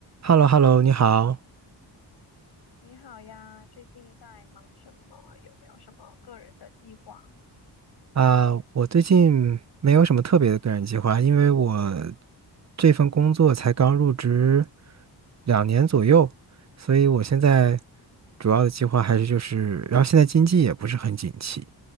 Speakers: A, on the right (about 40°); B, on the left (about 70°).
A: h e l l o h e l l o 你好
B: 你好呀，最近在忙什么？有没有什么个人的计划？
A: 啊我最近没有什么特别的个人计划，因为我这份工作才刚入职两年左右，所以我现在主要的计划还是就是，然后现在经济也不是很景气，